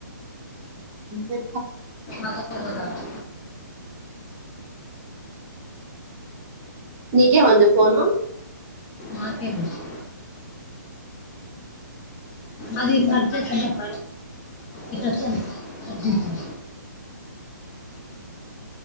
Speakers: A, on the right (about 20°); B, on the left (about 20°).
A: అంత
B: అదే అదే అదా <unintelligible>
A: కే వంది పోను
B: నాకే తెలుసు అదిర్చే చె చెప్ప ఇకకం అ